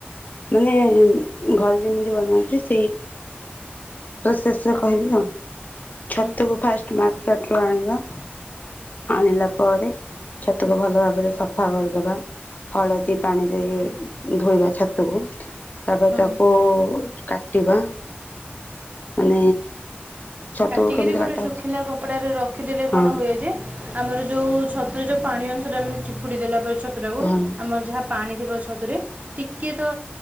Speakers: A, on the left (about 45°); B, on the right (about 40°).
A: ମାନେ ଘରେ ଯେମିତି ବନାନ୍ତି ସେଇ ପ୍ରସେସରେ କହିବି ଆଉ। ଛତୁକୁ
B: ହୁଁ
A: ଫାଷ୍ଟ ମାର୍କେଟରୁ ଆଣିବା। ଆଣିଲା ପରେ ଛତୁକୁ ଭଲ ଭାବରେ ସଫା କରିଦବା। ହଳଦୀ ପାଣିରେ ଧୋଇବା ଛତୁକୁ। ତାପରେ
B: ହଁ
A: ତାକୁ କାଟିବା। ମାନେ ଛତୁ
B: କାଟିକିରି
A: କେମିତି
B: ଗୋଟେ
A: କାଟା
B: ଶୁଖିଲା
A: ହଉଛି?
B: କପଡ଼ାରେ ରଖିଦେଲେ
A: ହଁ
B: କଣ ହୁଏ ଯେ? ଆମର ଯୋଉ ଛତୁରେ ଯୋଉ ପାଣି ଅଂଶଟା ମାନେ ଚିପୁଡି଼ ଦେଲା ପରେ ଛତୁ ଟାକୁ
A: ହଁ
B: ଆମର ଯାହା ପାଣି ଥିବ ଛତୁରେ ଟିକେ ତ